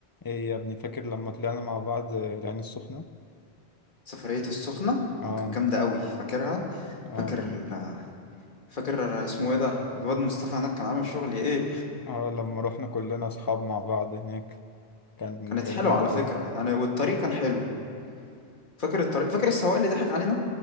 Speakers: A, on the left; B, on the left.
A: ايه يا ابني فاكر لما طلعنا مع بعض العين السخنة
B: سفرية السخنة
A: اه
B: آه، كان جامدة قوي فاكرها
A: اه
B: فاكر
A: لما
B: ال... فاكر اسمه ايه ده الواد مصطفى هناك كان عامل شغل ايه
A: اه لما رحنا كلنا اصحاب مع بعض هناك كان
B: كانت
A: كانت
B: حلوة
A: جامدة
B: على فكرة
A: قوي
B: يعني والطريق كان حلو فاكر الطريق فاكر السواق اللي ضحك علينا